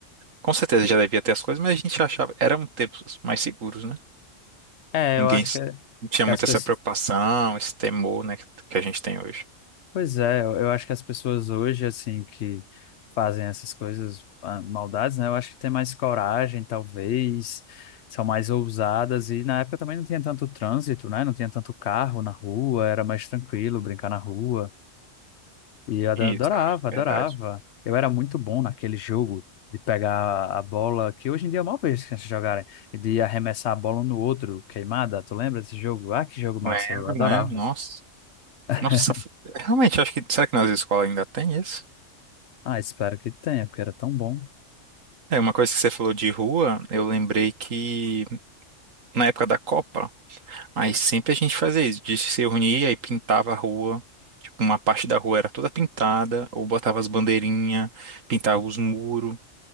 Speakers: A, on the right (about 80°); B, on the left (about 65°).
A: com certeza já devia ter as coisas, mas a gente achava, eram tempos mais seguros, né?
B: É,
A: Ninguém
B: eu acho
A: s-
B: que, é,
A: não tinha
B: que
A: muito
B: as pessoas.
A: essa preocupação, esse temor, né, que que a gente tem hoje.
B: Pois é, eu, eu acho que as pessoas hoje, assim, que fazem essas coisas, ah, maldades, né? Eu acho que tem mais coragem, talvez, são mais ousadas. E na época também não tinha tanto trânsito, né? Não tinha tanto carro na rua, era mais tranquilo brincar na rua. E eu ado-
A: Isso,
B: adorava,
A: também,
B: adorava.
A: verdade.
B: Eu era muito bom naquele jogo de pegar a bola, que hoje em dia é mal vez que eles jogarem, e de arremessar a bola um no outro, queimada. Tu lembra desse jogo? Ah, que jogo massa,
A: Lembro,
B: eu adorava.
A: lembro, nossa.
B: <laughs>
A: Nossa, f- realmente, acho que, será que nas escolas ainda tem isso?
B: Ah, espero que tenha, porque era tão bom.
A: É, uma coisa que você falou de rua, eu lembrei que na época da Copa, Aí sempre a gente fazia isso, de se reunir, aí pintava a rua, tipo, uma parte da rua era toda pintada, ou botava as bandeirinhas, pintava os muros.